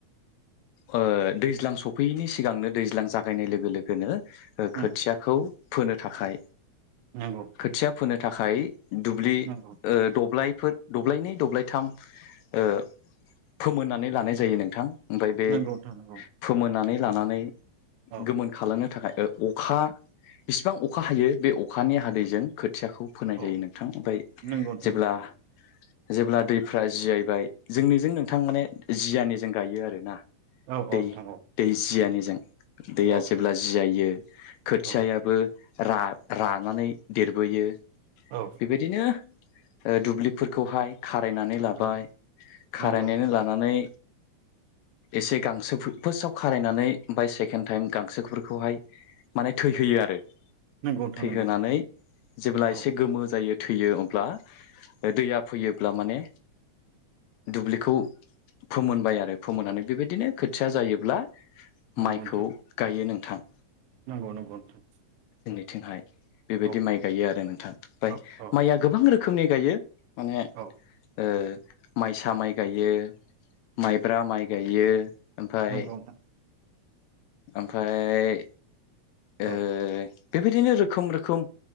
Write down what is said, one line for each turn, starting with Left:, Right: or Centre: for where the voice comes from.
Left: ओ दैज्लां सफैयैनि सिगांनो दैज्लां जागायनाय लोगो लोगोनो ओ
Right: उम
Left: खोथियाखौ फोनो थाखाय
Right: नंगौ
Left: खोथिया फोनो थाखाय दुब्लि
Right: नंगौ
Left: ओ दब्लाय बेफोर दब्लायनै दब्लायथाम ओ फोमोननानै लानाय जायो नोंथां। ओमफ्राय बे
Right: नंगौ नोंथां नंगौ
Left: फोमोननानै। लानानै
Right: औ
Left: गोमोन खालामनो थाखाय। ओ अखा बिसिबां अखा हायो बे अखानि हादैजों खो खोथियाखौ फोनाय
Right: औ
Left: जायो नोंथां ओमफ्राय
Right: नंगौ नोंथां
Left: जेब्ला
Right: नंगौ
Left: जेब्ला दैफ्रा जियायबाय जोंनिजों नोंथां माने जियानिजों गायो आरो। ना।
Right: औ
Left: दै
Right: औ नोंथां औ
Left: दै जियानिजों दैया
Right: औ
Left: जेब्ला जियायो खोथियायाबो।
Right: औ औ
Left: रा रानानै देरबोयो।
Right: औ
Left: बेबायदिनो। ओ दुब्लिफोरखौहाय। खारायनानै लाबाय
Right: नंगौ
Left: खारायनानै
Right: नंगौ
Left: लानानै। एसे गांसो फार्स्टआव खारायनानै ओमफ्राय सेकेन्ड टाइम गांसोफोरखौहाय माने थैहोयो आरो
Right: नंगौ नोंथां
Left: थैहोनानै
Right: नंगौ
Left: जेब्ला
Right: औ
Left: एसे गोमो जायो थैयो अब्ला ओ दैया फैयोब्ला माने दुब्लिखौ फोमोनबाय आरो फोमोनानै बेबायदिनो खोथिया जायोब्ला
Right: नंगौ
Left: माइखौ
Right: नोंथां
Left: गायो नों थां
Right: नंगौ नंगौ नोंथां।
Left: थिंहाय बेबायदि
Right: औ
Left: माइ गायो आरो नोंथां ओमफ्राय
Right: औ औ
Left: माइया गोबां रोखोमनि गायो माने
Right: औ
Left: ओ माइसा माइ गायो माइ ब्रा माइ गायो ओमफाय
Right: नंगौ नोंथां
Left: ओमफ्राय
Right: औ
Left: ओ बेबायदिनो रोखोम रोखोम